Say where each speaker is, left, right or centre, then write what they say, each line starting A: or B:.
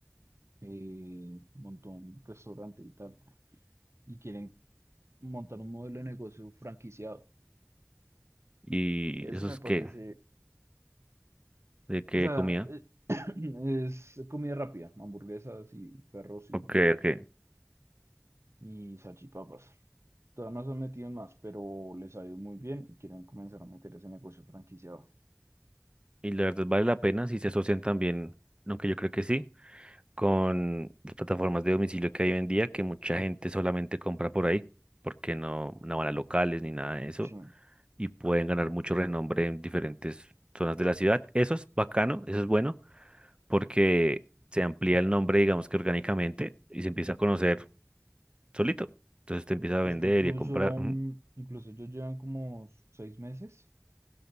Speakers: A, on the right (about 60°); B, on the right (about 20°).
A: eh, montó un restaurante y tal, y quieren montar un modelo de negocio franquiciado.
B: ¿Y
A: Eso
B: eso
A: me
B: es
A: parece,
B: qué? ¿De qué
A: o sea,
B: comida?
A: eh, <clears throat> es comida rápida, hamburguesas y perros y,
B: Ok, ok.
A: y salchipapas. Todavía no se han metido en más, pero les ha ido muy bien y quieren comenzar a meter ese negocio franquiciado.
B: Y la verdad vale la pena si se asocian también, aunque yo creo que sí, con las plataformas de domicilio que hay hoy en día, que mucha gente solamente compra por ahí, porque no, no van a locales ni nada de eso,
A: Sí.
B: y pueden ganar mucho renombre en diferentes zonas de la ciudad. Eso es bacano, eso es bueno, porque se amplía el nombre, digamos que orgánicamente, y se empieza a conocer solito. Entonces te empieza a
A: Es
B: vender
A: que incluso,
B: y a comprar.
A: mm, incluso ellos llevan como seis meses